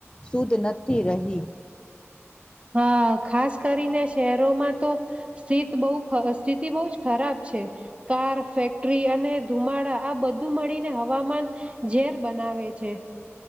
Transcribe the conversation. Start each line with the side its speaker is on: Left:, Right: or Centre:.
Left: સુદ નતી રહી.
Right: હા ખાસ કરીને શહેરોમાં તો સ્થિત બઉ સ્થિતિ બઉ જ ખરાબ છે કાર, ફેક્ટરી અને ધુમાડા આ બધું મળીને હવામાન ઝેર બનાવે છે.